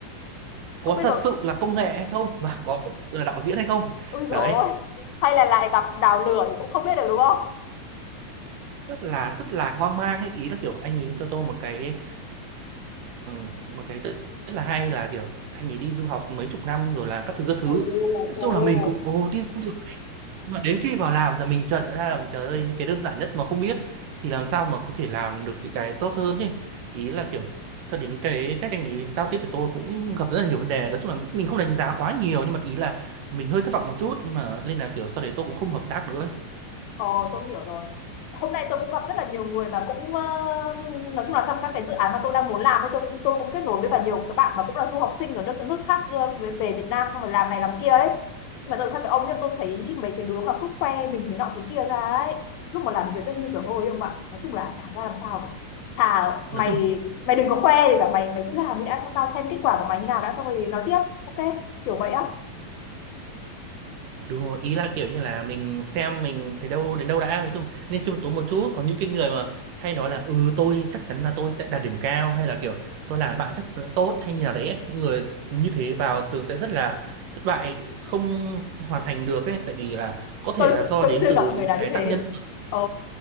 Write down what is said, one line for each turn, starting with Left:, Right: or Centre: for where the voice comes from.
Right: có
Left: không biết
Right: thật
Left: có
Right: sự là công nghệ hay không và có thật sự là đạo diễn hay không
Left: ôi rồi
Right: đấy
Left: hay là lại gặp đào lưỡi cũng không biết được đúng không
Right: rất là rất là hoang mang ấy ý là kiểu anh ấy cho tôi một cái Ừm, một cái rất, rất là hay là, kiểu, anh ấy đi du học mấy chục năm rồi là các thứ, các thứ.
Left: Ồ,
Right: Nói
Left: ồ.
Right: chung là mình cũng, ồ, tin tưởng ấy. Nhưng mà đến khi vào làm là mình chợt nhận ra rằng trời ơi, những cái đơn giản nhất mà không biết thì làm sao mà có thể làm được những cái tốt hơn ấy. Ý là kiểu sau đến cái cách anh ấy giao tiếp với tôi cũng gặp rất là nhiều vấn đề. Nói chung là mình không đánh giá quá nhiều nhưng mà ý là mình hơi thất vọng một chút nhưng mà nên là kiểu sau đấy tôi cũng không hợp tác nữa ấy.
Left: Ờ, tôi hiểu rồi. Hôm nay tôi cũng gặp rất là nhiều người mà cũng ờ, nói chung là trong các cái dự án mà tôi đang muốn làm ấy, tôi cũng tôi cũng kết nối với cả nhiều các bạn mà cũng là du học sinh ở nước nước khác ờ, về, về Việt Nam xong rồi làm này làm kia ấy. Nhưng mà tôi nói thật với ông nhưng tôi thấy mấy cái đứa mà cứ khoe mình thế nọ thế kia ra ấy, lúc mà làm việc ấy như dở hơi không ạ. Nói chung là chả ra làm sao cả. Thà
Right: Nói
Left: mày
Right: chung
Left: mày đừng có khoe thì cả mày mày cứ làm đi đã cho tao xem kết quả của mày như nào đã xong rồi nói tiếp. Ok, kiểu vậy á.
Right: đúng rồi ý là kiểu như là mình xem mình thấy đâu đến đâu đã nói chung nên khiêm tốn một chút có những cái người mà hay nói là ừ tôi chắc chắn là tôi sẽ đạt điểm cao hay là kiểu tôi làm bạn chắc sẽ tốt hay như nào đấy ấy. những người như thế vào thường sẽ rất là thất bại không hoàn thành được ấy tại vì là có
Left: Tôi
Right: thể là do
Left: tôi
Right: đến
Left: chưa
Right: từ
Left: gặp
Right: những
Left: người nào
Right: cái
Left: như
Right: tác
Left: thế.
Right: nhân
Left: Ờ